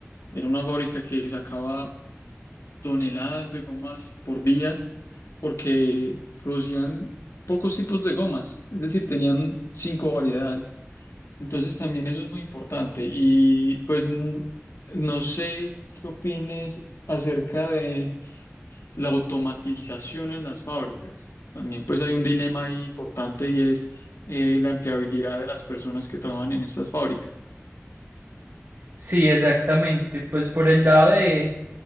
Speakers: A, on the left; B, on the right.
A: era una fábrica que sacaba toneladas de gomas por día porque producían pocos tipos de gomas, es decir, tenían cinco variedades. Entonces también eso es muy importante. Y pues n- no sé qué opines acerca de la automatización en las fábricas. También pues hay un dilema ahí importante y es eh, la empleabilidad de las personas que trabajan en estas fábricas.
B: Sí, exactamente. Pues por el lado de,